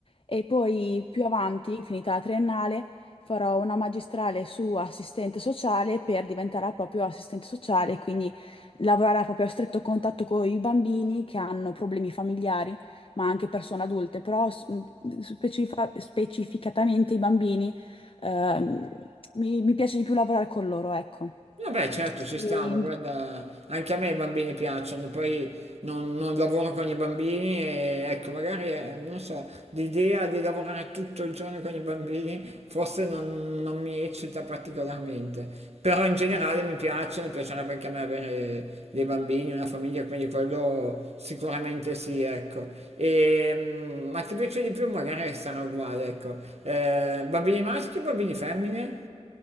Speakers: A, on the left; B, on the right.
A: E poi più avanti, finita la triennale, farò una magistrale su assistente sociale per diventare proprio assistente sociale, quindi lavorare a proprio stretto contatto con i bambini che hanno problemi familiari, ma anche persone adulte, però s- mh, specifa- specificatamente i bambini, ehm, mi, mi piace di più lavorare con loro, ecco.
B: Vabbè, certo, ci
A: E-
B: stanno, guarda, anche a me i bambini piacciono, poi non, non lavoro con i bambini e ecco, magari, eh, non so, l'idea di lavorare tutto il giorno con i bambini forse non, non mi eccita particolarmente, però in generale
A: Ok.
B: mi piace, mi piacerebbe anche a me avere dei bambini, una famiglia, quindi quello sicuramente sì, ecco. E, mm, ma ti piace di più? Magari sarà uguale, ecco. Eh, bambini maschi o bambini femmine?